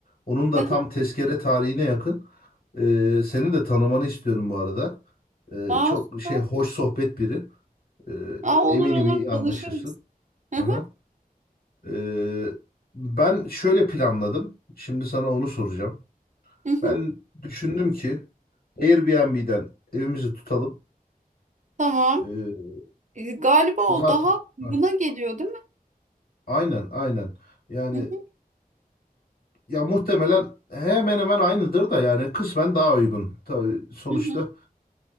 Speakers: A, on the left (about 75°); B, on the right (about 50°).
A: Onun da
B: Hı hı.
A: tam tezkere tarihine yakın. Ee, seni de tanımanı istiyorum bu arada. Ee,
B: Aa,
A: çok
B: süper.
A: şey hoş sohbet biri. Ee,
B: Aa, olur
A: eminim
B: olur
A: iyi anlaşırsın.
B: tanışırız. Hı
A: Aha.
B: hı,
A: Ee, ben şöyle planladım. Şimdi sana onu soracağım.
B: hı hı.
A: Ben düşündüm ki Airbnb'den evimizi tutalım.
B: Tamam.
A: Ee,
B: E, Galiba o
A: zaten
B: daha uyguna
A: Hah,
B: geliyor değil mi?
A: aynen aynen. Yani
B: Hı hı,
A: Ya muhtemelen hemen hemen aynıdır da yani kısmen daha uygun. Tabii sonuçta
B: hı hı,